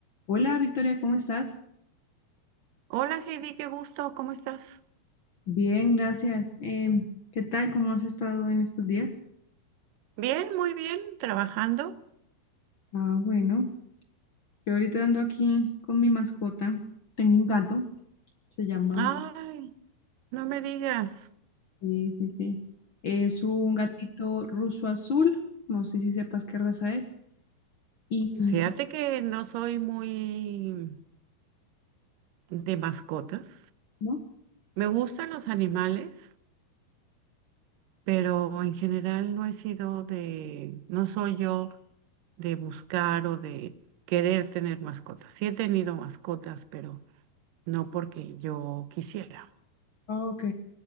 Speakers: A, on the left; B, on the right.
A: Hola Victoria, ¿cómo estás?
B: Hola Heidi, qué gusto, ¿cómo estás?
A: Bien, gracias. Em, ¿qué tal? ¿Cómo has estado en estos días?
B: Bien, muy bien, trabajando.
A: Ah, bueno, yo ahorita ando aquí con mi mascota. Tengo un gato, se llama...
B: Ay, no me digas.
A: Sí, sí, sí. Es un gatito ruso azul, no sé si sepas qué raza es. Y... y-
B: Fíjate que no soy muy de mascotas.
A: ¿No?
B: Me gustan los animales, pero en general no he sido de, no soy yo de buscar o de querer tener mascotas. Sí he tenido mascotas, pero no porque yo quisiera.
A: Ah, ok.